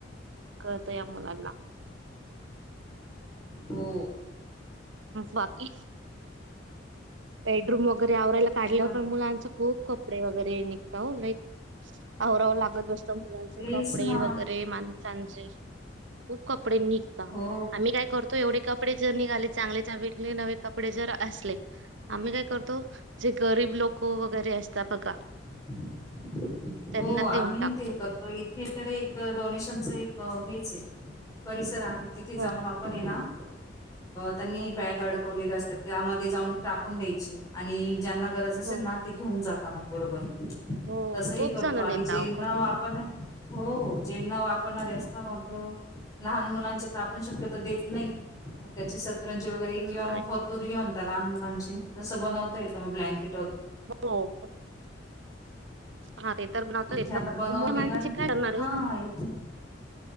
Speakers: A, on the right; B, on the left.
A: कळतं या मुलांना.
B: हो..
A: बाकी.. बेडरूम वगैरे. आवरायला काढल्यावर
B: बर
A: पण मुलांच खूप कपडे वगैरे निघत हो! लई आवरावर लागत ब- मुलांचे
B: तेच
A: कपडे
B: ना
A: वगैरे, माणसांचे खूप कप- कपडे निघता,
B: हो
A: आम्ही काय करतो एवढे कपडे जर निघाले? चांगले चां वेगळे नवे कपडे जर असले, आम्ही काय करतो जे गरीब लोक वगैरे- असत बघा
B: ह
A: त्यांना
B: हो, आम्ही
A: देऊन टाकतो.
B: ते करतो इथे तर एक डोनेशनच एक हेच हे- परिसर आहे, तिथे जाऊन
A: हो हो
B: आपण ये ना त्यांनी
A: हो
B: बॅग
A: हो
B: अडकवलेलं असतात. त्यामध्ये जाऊन टाकून द्यायचे आणि ज्यांना गरज असेल
A: हो.
B: ना, ते घेऊन जाता मग. बरोबर-
A: हो
B: तस ही
A: खूप
B: करतो
A: जणांनी
B: आणि जे
A: नाव
B: न
A: करून
B: आपण- हो, हो! जे न वापरणारे असतं मग लहान मुलांचे तप- पण शक्यतो देत नाही मग त्याची सतरंजी वगैरे,
A: हं,
B: किंवा
A: नाही
B: मग फतुरली म्हण- लहान मुलांची तसं बनवता येतं मग, ब्लॅंके-
A: हो, हा ते- तर बनवता
B: इथे
A: येत
B: आता बनवून
A: मोठ्या
B: देणार
A: माणसांचे
B: आहे.
A: काय करणार
B: हा,
A: हो.
B: इथे.